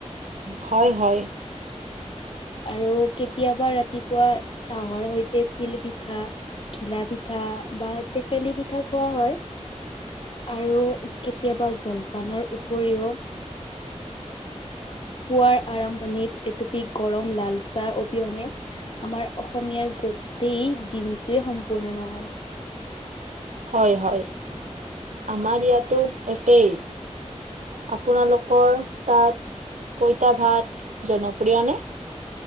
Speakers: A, on the right; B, on the left.
A: হয়, হয়।
B: আৰু কেতিয়াবা ৰাতিপুৱা, চাহৰ সৈতে তিল পিঠা। ঘিলা পিঠা বা টেকেলি পিঠা খোৱা হয়। আৰু কেতিয়াবা জলপানৰ উপৰিও পুৱাৰ আৰম্ভণিত এটপি, গৰম লালচাহ অবিহনে আমাৰ অসমীয়াৰ গোটেই দিনটোৱে সম্পূৰ্ণ নহয়।
A: হয়, হয় আমাৰ ইয়াতো একেই। আপোনালোকৰ তাত পইতা ভাত জনপ্ৰিয়নে?